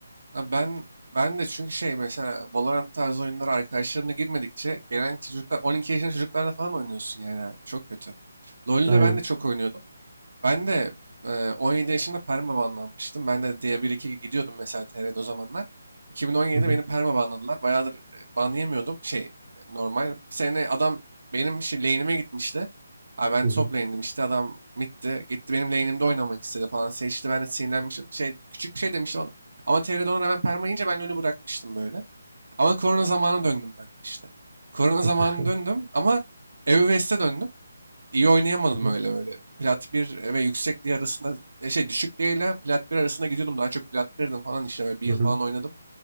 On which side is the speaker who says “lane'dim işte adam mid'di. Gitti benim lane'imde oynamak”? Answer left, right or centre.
Right